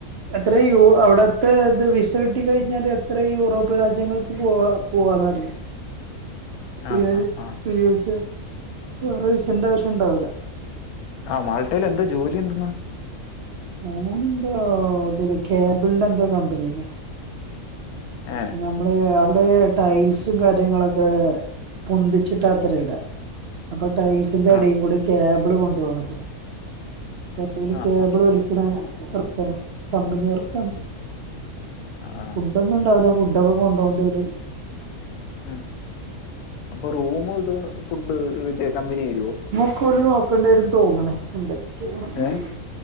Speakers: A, on the right; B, on the left.
A: എത്ര യു അവിടത്തെ ത് വിസ ട്ടി കഴിഞ്ഞാൽ എത്ര യൂറോപ്യൻ രാജ്യങ്ങൾക്ക് പോവാ പോവാന്നറില്ല. ഫ്രീയായ്
B: ആഹ് ആഹ് ആഹ്
A: ഫ്രീവിസയ വേറെ വിസന്റാവശ്യം ണ്ടാവൂല
B: ആ മാൾട്ടയിലെന്താ ജോലി എന്തെന്നാ?
A: ഓനെന്തോ തില് കേബിൾന്റെ ന്തോ കമ്പനീലാ.
B: ഏഹ്
A: നമ്മള് അവിടെ ടൈൽസും കാര്യങ്ങളൊക്കെ പൊന്തിച്ചിട്ടാ ത്രെ ഇട അപ്പൊ ടൈൽസിന്റെടിൽ
B: ആഹ്
A: കൂടി കേബിള് കൊണ്ട് പോണത്രെ <unintelligible>
B: ആഹ്
A: കേബിള് വലി <unintelligible> വർക്കാണ് കമ്പനി വർക്കാണ്
B: അ ആഹ്
A: ഫുഡൊന്നും ഉണ്ടാവൂല ഫുഡൊക്കെ കൊണ്ടോണ്ടി വരും
B: ഉം. അപ്പൊ റൂമു തും ഫുഡ് ചെ കമ്പനി തരോ?
A: ക്കോല് നോക്കേണ്ടി വരും ന്ന് തോന്നുണ് എന്തൊക്കെയാണെന്നറിയില്ല.
B: ഏഹ്